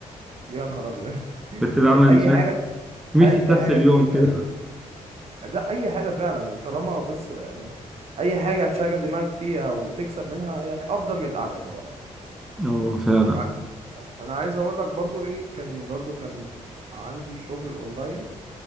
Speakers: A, on the right (about 45°); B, in the centre.
A: يا نهار ابيض
B: <laughs>
A: <laughs>
B: كنت بعمل
A: اي أي
B: مش عارف
A: حاجة
B: 100
A: اي
B: حساب
A: حاجه
B: في اليوم
A: تجيب
B: كده
A: اي لا اي حاجه فعلا طالما بص يعني اي حاجه هتشغل دماغك فيها وتكسب منها يعني افضل من القعده طبعا
B: اه فعلا
A: وع- انا عايز اقول لك برضو ايه كان برضو كان عندي شغل اونلاين